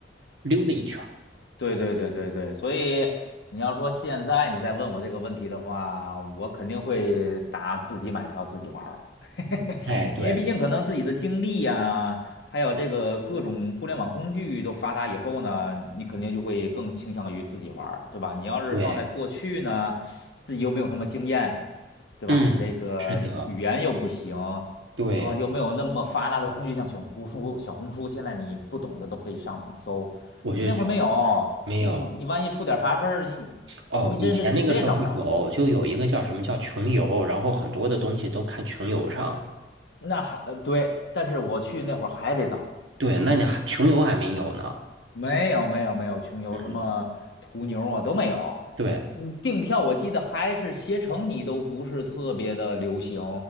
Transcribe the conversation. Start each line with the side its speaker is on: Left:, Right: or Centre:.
Right: 溜达一圈儿。
Left: 对对对对对，所以你要说现在你再问我这个问题的话，我肯定会答自己买票自己玩儿，<laughs>
Right: 哎，对。
Left: 因为毕竟可能自己的经历呀，还有这个各种互联网工具都发达以后呢，你肯定就会更倾向于自己玩儿，对吧？你要是放在过去呢，
Right: 对，
Left: 自己又没有什么经验，对吧？
Right: 嗯，
Left: 那个语语言又不行，
Right: 是的，对，
Left: 然后又没有那么发达的工具，像小红书、小红书，现在你不懂的都可以上网搜。
Right: 我就觉得
Left: 那会儿没有你，
Right: 没有
Left: 你万一出点啥事儿，你你真是你谁也找不着。
Right: 哦。以前那个时候有，就有一个叫什么叫穷游，然后很多的东西都看穷游上。
Left: 那还呃对，但是我去那会儿还得找，
Right: 对，那你还穷游还没有呢。
Left: 没有没有没有穷游什么途牛啊都没有。
Right: 嗯，对，
Left: 嗯，订票我记得还是携程，你都不是特别的流行。